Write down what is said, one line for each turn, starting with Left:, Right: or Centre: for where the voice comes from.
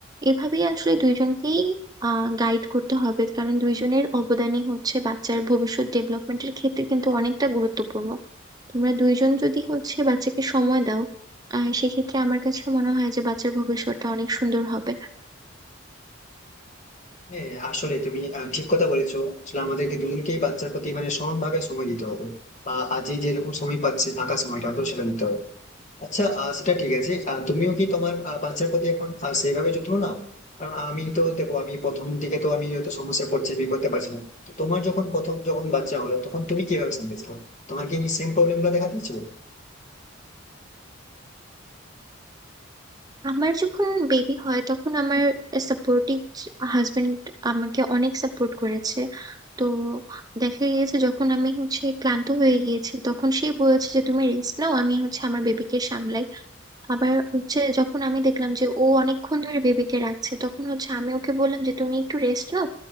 Right: এভাবেই আসলে দুইজনকেই গাইড করতে হবে কারণ দুইজনের অবদানই হচ্ছে বাচ্চার ভবিষ্যৎ ডেভেলপমেন্টের ক্ষেত্রে কিন্তু অনেকটা গুরুত্বপূর্ণ তোমরা দুইজন যদি হচ্ছে বাচ্চাকে সময় দাও আহ সেক্ষেত্রে আমার কাছে মনে হয় যে বাচ্চার ভবিষ্যৎটা অনেক সুন্দর হবে
Left: হ্যাঁ আসলে তুমি আহ, ঠিক কথা বলেছো আসলে আমাদেরকে দুজনকেই বাচ্চার প্রতি মানে সমানভাবে সময় দিতে হবে বা আজ যেরকম সময় পাচ্ছে ফাঁকা সময়টা তো সেটা দিতে হবে আচ্ছা আহ, সেটা ঠিক আছে আহ, তুমিও কি তোমার আহ, বাচ্চার প্রতি এখন আহ, সেইভাবে যত্ন নাও কারণ আমি তো দেখো আমি প্রথম দিকে তো আমি হয়তো সমস্যায় পড়ছি আমি করতে পারছি না তো তোমার যখন প্রথম যখন বাচ্চা হলো তখন তুমি কিভাবে সামলেছো তোমার কি সেম প্রবলেম গুলো দেখা দিয়েছো
Right: আমার যখন বেবি হয় তখন আমার সাপোর্টিভ হাজবেন্ড আমাকে অনেক সাপোর্ট করেছে তো দেখা গিয়েছে যখন আমি হচ্ছে ক্লান্ত হয়ে গিয়েছি তখন সে বলেছে যে তুমি রেস্ট নাও আমি হচ্ছে আমার বেবিকে সামলাই আবার হচ্ছে যখন আমি দেখলাম যে ও অনেকক্ষণ ধরে বেবিকে রাখছে তখন হচ্ছে আমি ওকে বললাম যে তুমি একটু রেস্ট নাও